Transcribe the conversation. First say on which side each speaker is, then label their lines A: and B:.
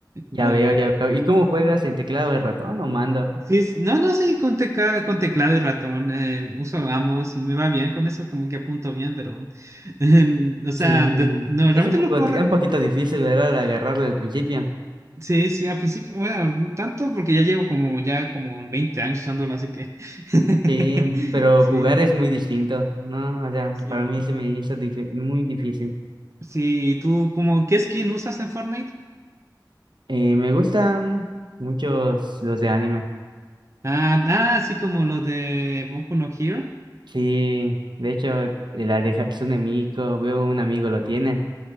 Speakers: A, on the right; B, on the right.
A: Ya
B: eh,
A: veo, ya veo. ¿Y cómo juegas en teclado de ratón o mando?
B: sí, s- no, no, sí, con, teca- con teclado y ratón eh, uso ambos y me va bien con eso, como que apunto bien, pero <laughs> o sea,
A: Sí,
B: de- no,
A: es
B: realmente
A: un poco,
B: lo juego
A: di- un poquito difícil, ¿verdad? Agarrarlo al principio.
B: Sí, sí, al principio, bueno, no tanto porque ya llevo como ya como 20 años usándolo, así que <laughs>
A: Sí, pero
B: sí,
A: jugar es muy distinto, ¿no? O sea,
B: sí.
A: para mí se me hizo dif- muy difícil.
B: Sí, ¿y ¿tú como qué skin usas en Fortnite?
A: Eh, me gustan muchos los de anime.
B: Ah, ah, sí, como los de Boku no Hero.
A: Sí, de hecho, eh, la de Hatsune Miku, veo un amigo lo tiene.